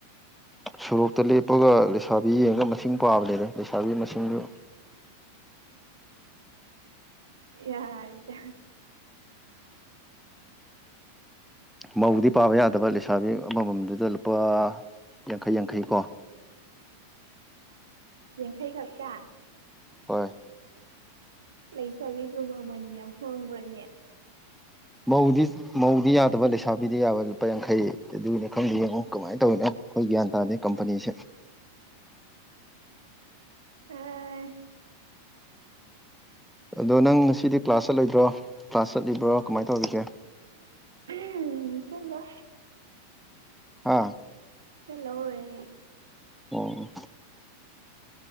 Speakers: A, in the centre; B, on the right.
A: ꯁꯣꯔꯣꯛꯇ ꯂꯦꯞꯄꯒ ꯂꯩꯁꯥꯕꯤ ꯌꯦꯡꯉꯒ ꯃꯁꯤꯡ ꯄꯥꯕ ꯂꯩꯔꯦ ꯂꯩꯁꯥꯕꯤ ꯃꯁꯤꯡꯗꯨ
B: ꯌꯥ ꯍꯥꯏꯗ
A: ꯃꯧꯗꯤ ꯄꯥꯕ ꯌꯥꯗꯕ ꯂꯩꯁꯥꯕꯤ ꯑꯃꯃꯝꯗꯨꯗ ꯂꯨꯄꯥ ꯌꯥꯡꯈꯩ ꯌꯥꯡꯈꯩ ꯀꯣ
B: ꯌꯦꯡꯈꯥꯏ ꯈꯞꯁꯥ
A: ꯍꯣꯏ
B: ꯂꯩ ꯆꯕꯤꯕꯨ ꯃꯃꯜ ꯌꯥꯝ ꯍꯣꯡꯈ꯭ꯔꯅꯦ
A: ꯃꯧꯗꯤ ꯃꯧꯗꯤ ꯌꯥꯗꯕ ꯂꯩꯁꯥꯕꯤꯗꯤ ꯌꯥꯕ ꯂꯨꯄꯥ ꯌꯥꯡꯈꯩ ꯑꯗꯨꯒꯤꯅꯤ ꯈꯪꯗꯦ ꯌꯦꯡꯉꯣ ꯀꯃꯥꯏꯅ ꯇꯧꯔꯤꯤꯅꯣ ꯑꯩꯈꯣꯏ ꯒ꯭ꯌꯥꯟ ꯇꯥꯗꯦ ꯀꯝꯄꯅꯤꯁꯦ
B: ꯑ
A: ꯑꯗꯣ ꯅꯪ ꯉꯁꯤꯗꯤ ꯀ꯭ꯂꯥꯁ ꯆꯠꯂꯣꯏꯗ꯭ꯔꯣ ꯀ꯭ꯂꯥꯁ ꯆꯠꯂꯤꯕ꯭ꯔꯣ ꯀꯃꯥꯏꯅ ꯇꯧꯔꯤꯒꯦ
B: ꯎꯝ ꯆꯂ
A: ꯑꯥ
B: ꯆꯂꯣꯌꯦ
A: ꯑꯣ